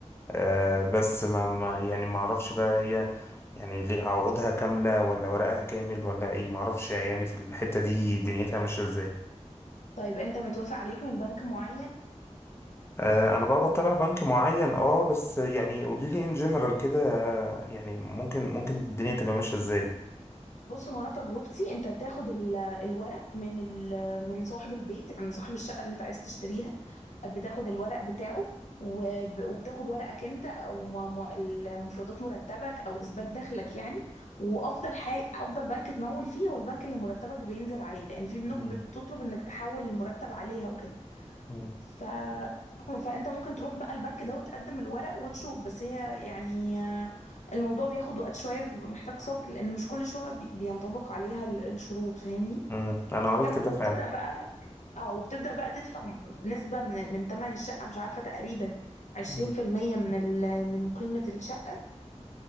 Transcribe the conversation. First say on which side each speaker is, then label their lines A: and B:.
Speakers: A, on the left (about 20°); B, on the left (about 75°).
A: أه بس ما ما- يعني ما اعرفش بقى هي يعني ليه عقودها كامله ولا ورقها كامل ولا ايه ما اعرفش يعني في الحته دي دنيتها ماشيه ازاي
B: طيب انت متوافق عليك من بنك معين
A: آه، انا بقى بتابع بنك معين اه بس يعني قولي لي ان جنرال كده آه، يعني ممكن ممكن الدنيا تبقى ماشيه ازاي
B: بص هو انا تجربتي انت بتاخد ال- الورق من ال من صاحب البيت يعني من صاحب الشقة اللي انت عايز تشتريها بتاخد الورق بتاعه وب- وبتاخد ورقك انت او م- م- المفردات مرتبك او اثبات دخلك يعني وافضل حاجه افضل بنك تمول فيه هو البنك اللي مرتبك بينزل عليه لان في بنوك
A: مم.
B: بتطلب انك تحول المرتب عليها وكده
A: مم.
B: ف <clears throat> فانت ممكن تروح بقى البنك ده وتقدم الورق وتشوف بس هي يعني آه، الموضوع بياخد وقت شويه وبيبقى محتاج صبر لان مش كل شويه بي- بينطبق عليها ال- الشروط فاهمني
A: امم انا قريت
B: بس
A: كده
B: وبتبدأ
A: فعلا
B: بقى اه وبتبدأ بقى تدفع نسبة من من تمن الشقة مش عارفة تقريبا عشرين
A: مم.
B: في المية من ال... من قيمة الشقة